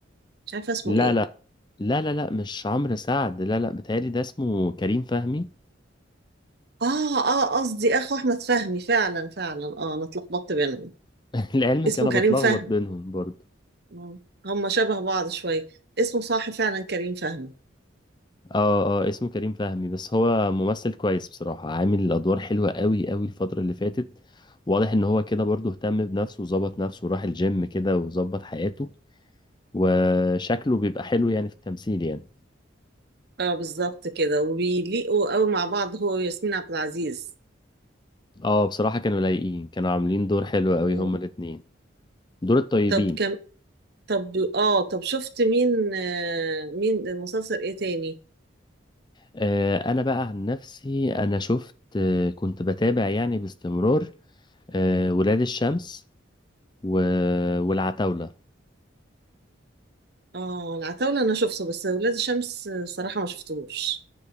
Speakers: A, on the right; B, on the left.
A: مش عارفة اسمه
B: لا
A: ايه
B: لا لا لا لا مش عمرو سعد لا لا بتهيألي ده اسمه كريم فهمي
A: اه اه قصدي اخو احمد فهمي فعلا فعلا اه انا اتلخبطت بينهم
B: <laughs> لعلمك
A: اسمه
B: انا
A: كريم
B: بتلخبط
A: فهمي
B: بينهم برضه
A: آه، هم شبه بعض شويه اسمه صح فعلا كريم فهمي
B: اه اه اسمه كريم فهمي بس هو ممثل كويس بصراحة عامل الادوار حلوة قوي قوي الفترة اللي فاتت واضح ان هو كده برضه اهتم بنفسه وظبط نفسه وراح الجيم كده وظبط حياته وشكله بيبقى حلو يعني في التمثيل يعني
A: اه بالظبط كده وبيليقوا قوي مع بعض هو وياسمين عبد العزيز
B: اه بصراحة كانوا لايقين كانوا عاملين دور حلو قوي
A: مم.
B: هما الاتنين دور الطيبين
A: طب كم طب اه طب شفت مين آه مين مسلسل ايه تاني
B: آه انا بقى عن نفسي انا شفت آه كنت بتابع يعني باستمرار آه ولاد الشمس و... والعتاولة
A: اه العتاولة انا شفته بس ولاد الشمس آه، صراحة ما شفتهوش